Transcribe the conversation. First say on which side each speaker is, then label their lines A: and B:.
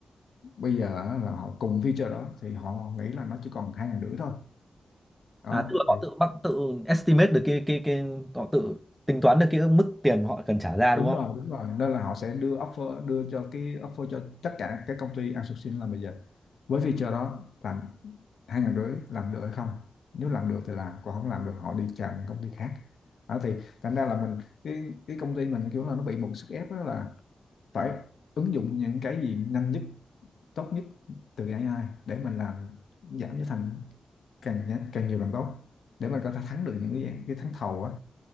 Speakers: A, on the left; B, in the centre.
A: bây giờ á, là họ cùng feature đó thì họ nghĩ là nó chỉ còn hai ngàn rưỡi thôi đó
B: à, tức là họ
A: thì
B: tự bắt tự estimate được cái cái cái họ tự tính toán được cái mức tiền họ cần trả ra đúng
A: đúng
B: không?
A: rồi đúng rồi nên là họ sẽ đưa offer đưa cho cái offer cho tất cả các công ty outsourcing là bây giờ với feature đó làm hai ngàn rưỡi làm được hay không nếu làm được thì làm còn không làm được họ đi chào những công ty khác đó thì thành ra là mình cái cái công ty mình kiểu là nó bị một sức ép đó là phải ứng dụng những cái gì nhanh nhất tốt nhất từ AI để mình làm giảm giá thành càng nhanh càng nhiều càng tốt để mình có thể thắng được những cái cái thắng thầu á